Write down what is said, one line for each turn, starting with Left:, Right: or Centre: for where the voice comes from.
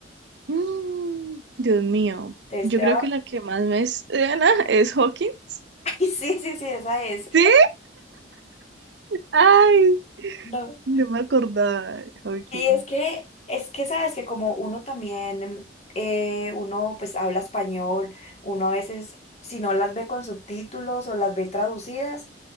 Right: Mm, Dios mío,
Left: Te estoy...
Right: yo creo que la
Left: <laughs>
Right: que más me suena es Hawkins.
Left: Ay, sí, sí, sí, esa es.
Right: ¿Sí? Ay,
Left: No.
Right: no me acordaba de Hawkins.
Left: Sí, es que, es que sabes que como uno también, eh, uno pues habla español, uno a veces, si no las ve con subtítulos o las ve traducidas,